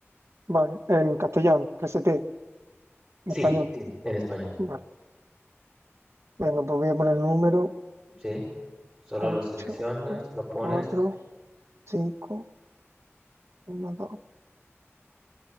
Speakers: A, on the right; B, in the centre.
A: vale. En castellano, que se te, en
B: Sí,
A: español.
B: sí, en español.
A: Vale. Venga, pues voy a poner el número
B: Sí, solo
A: 8
B: lo seleccionas,
A: 3,
B: lo pones
A: 4, 5, 1, 2,